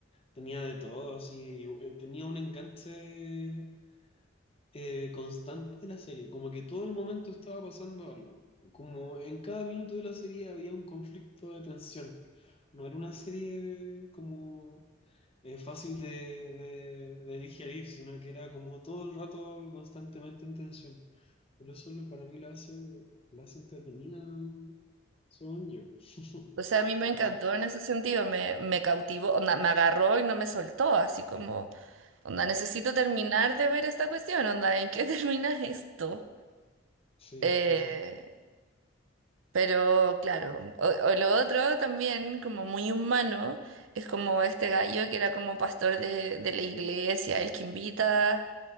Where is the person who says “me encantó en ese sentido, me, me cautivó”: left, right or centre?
Right